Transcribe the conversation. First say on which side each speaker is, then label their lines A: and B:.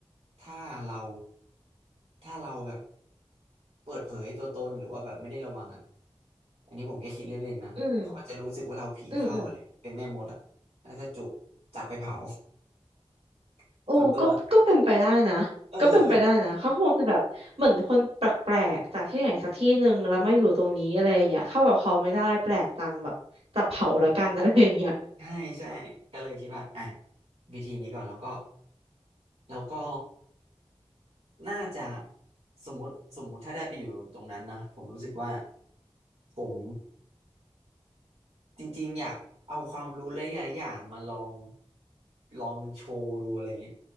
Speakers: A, on the right (about 80°); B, on the right (about 65°).
A: ถ้าเราถ้าเราแบบเปิดเผยตัวตนหรือว่าแบบไม่ได้ระวังอ่ะอันนี้ผมแค่คิดเล่นๆนะเขาอาจจะรู้สึกว่าเราผีเข้าอะไรเป็นแม่มดอ่ะแล้วจะจุกจับไปเผา
B: อืมอืมอืม
A: <laughs>
B: โอ้ก็ก็เป็นไปได้นะก็เป็นไปได้นะเขาคงจะแบบเหมือนคนแปลกๆจากที่ไหนสักที่หนึ่งแล้วมาอยู่ตรงนี้อะไรอย่างเงี้ยเข้ากับเขาไม่ได้แปลกจังแบบจับเผาละกันอะไรอย่างเงี้ย
A: ส่วนตัวเออ <laughs> ใช่ใช่ก็เลยคิดว่าอ่ะวิธีนี้ก่อนแล้วก็แล้วก็ น่าจะสมมติสมมุติถ้าได้ไปอยู่ตรงนั้นนะผมรู้สึกว่าผม จริงๆอยากเอาความรู้หลายๆอย่างมาลองลองโชว์ดูอะไรเงี้ย